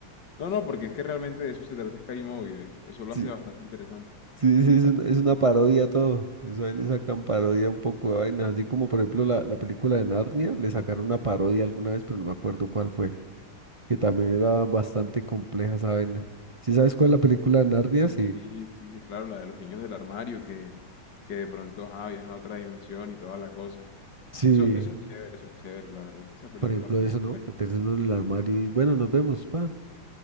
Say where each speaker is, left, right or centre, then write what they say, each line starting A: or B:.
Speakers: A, on the left (about 55°); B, on the right (about 40°).
A: No, no, porque es que realmente de eso se trata Scary Movie, ve, Eso lo
B: sí,
A: hace bastante interesante.
B: sí, sí, es una, es una parodia todo. Eso ahí le sacan parodia un poco de vainas. Así como, por ejemplo, la, la película de Narnia, le sacaron una parodia alguna vez, pero no me acuerdo cuál fue. Que también era bastante compleja esa vaina. ¿Sí sabes cuál es la película de Narnia? Sí.
A: Sí, sí, sí, claro, la de los niños del armario que, que de pronto ajá, viajan a otra dimensión y toda la cosa.
B: Sí.
A: Eso, eso es chévere, eso es chévere. La verdad es que esa película
B: Por ejemplo,
A: fue
B: eso,
A: muy
B: ¿no?
A: buena.
B: Meterse uno en el armario y, bueno, nos vemos, pa.